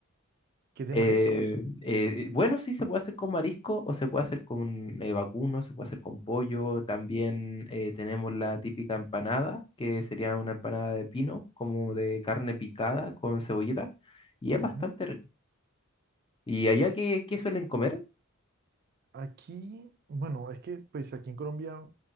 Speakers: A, on the right (about 45°); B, on the left (about 25°).
A: ¿Qué es de
B: Eh,
A: mariscos?
B: eh, bueno, sí se puede hacer con marisco o se puede hacer con eh, vacuno, se puede hacer con pollo. También eh, tenemos la típica empanada, que sería una empanada de pino, como de carne picada con cebollita. Y es bastante
A: Ujú.
B: rico. ¿Y allá qué, qué suelen comer?
A: Aquí, bueno, es que pues aquí en Colombia,